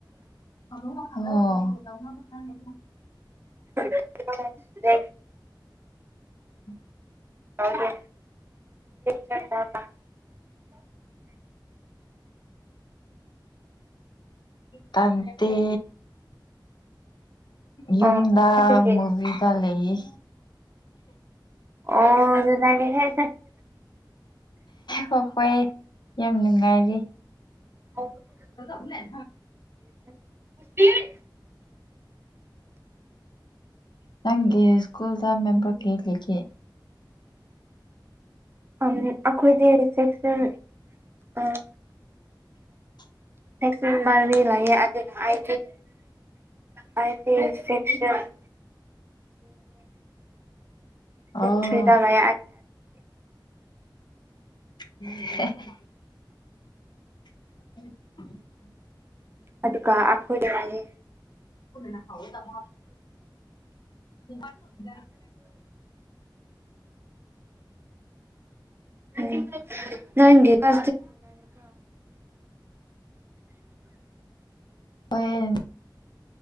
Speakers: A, on the left (about 65°); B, on the right (about 30°).
A: ꯑꯣ
B: <unintelligible>
A: ꯎꯝ
B: ꯍꯗ ꯆꯠꯇꯕ
A: ꯇꯗꯤ ꯌꯨꯝꯗ
B: ꯑꯣ ꯑꯗꯨꯒꯤ
A: ꯃꯨꯚꯗ ꯂꯩ
B: ꯑꯣ ꯑꯗꯨꯦ ꯍꯥꯏ
A: ꯍꯣꯏ ꯍꯣꯏ ꯌꯥꯝ ꯅꯨꯡꯉꯥꯏꯔꯤ
B: <unintelligible>
A: ꯑꯗꯨꯗ ꯂꯩ
B: <unintelligible>
A: ꯅꯪꯒꯤ ꯁ꯭ꯀꯨꯜꯗ ꯃꯦꯝꯕꯔ ꯀꯦꯂꯤꯒꯦ
B: ꯑꯝ ꯑꯩꯈꯣꯏꯗꯤ ꯔꯤꯁꯦꯞꯁꯟ ꯑꯥ
A: <unintelligible>
B: ꯁ ꯃꯔꯔꯤ ꯂꯑꯦ ꯑꯗꯨꯅ ꯍꯥꯏ ꯍꯥꯏꯗꯤ ꯁꯦꯛꯁꯟ
A: ꯑꯣ
B: ꯁꯤ ꯗꯥꯥ ꯂꯩ
A: <unintelligible> <unintelligible>
B: ꯑꯗꯨꯒ ꯑꯩꯈꯣꯏꯒꯤ ꯋꯥꯅꯤ
A: ꯄꯨꯅꯅ ꯈꯑꯣ ꯇ <unintelligible>
B: ꯎ ꯅꯪꯄꯥ
A: ꯍꯣꯌꯦꯟ